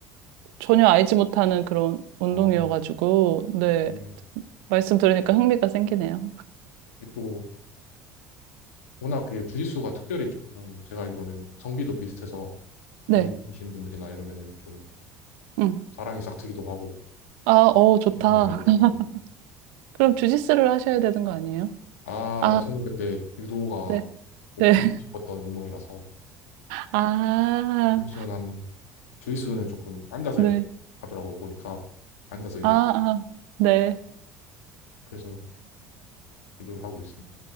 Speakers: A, on the right; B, on the left.
A: 전혀 알지 못하는 그런 운동이어가지고,
B: 아, 또
A: 네.
B: 이게
A: 말씀 들으니까 흥미가 생기네요.
B: 이게 또 워낙 그 주짓수가 특별히 조금 제가 알기로는 성비도 비슷해서
A: 네.
B: 미분이신 분들이나 이러면은 좀
A: 음.
B: 사랑이 싹 트기도 하고
A: 아, 어, 좋다.
B: 그런 걸로 알고 있어요.
A: <laughs>
B: 네.
A: 그럼 주짓수를 하셔야 되는 거 아니에요?
B: 아,
A: 아,
B: 저는 근데 유도가
A: 네.
B: 꼭
A: 네.
B: 배우고
A: <laughs>
B: 싶었던 운동이라서
A: 아,
B: 시원시원한 주짓수는 조금 앉아서
A: 네.
B: 이렇게 하더라고요. 보니까 앉아서 이제
A: 아, 아, 네.
B: 그래서 유도를 하고 있어요.